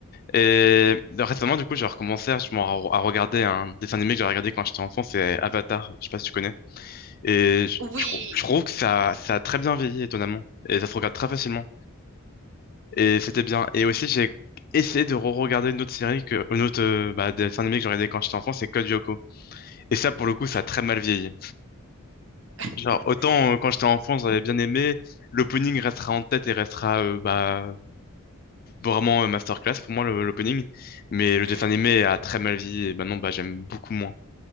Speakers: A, on the left; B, on the right.
A: Et euh, récemment, du coup, j'ai recommencé à, je m'en- à regarder un dessin animé que j'ai regardé quand j'étais enfant, c'est Avatar, je sais pas si tu connais. Et je,
B: Oui.
A: je trou- je trouve que ça, ça a très bien vieilli, étonnamment. Et ça se regarde très facilement. Et c'était bien. Et aussi, j'ai essayé de re-regarder une autre série, que, une autre euh, bah, dessin animé que j'ai regardé quand j'étais enfant, c'est Code Lyoko. Et ça, pour le coup,
B: Non,
A: ça
B: je
A: a très
B: connais
A: mal
B: pas.
A: vieilli.
B: <laughs>
A: Genre, autant euh, quand j'étais enfant, j'avais bien aimé, l'opening restera en tête et restera euh, bah, vraiment euh, masterclass pour moi, le- l'opening. Mais
B: Mhm.
A: le dessin animé a très mal vieilli et maintenant, bah, j'aime beaucoup moins.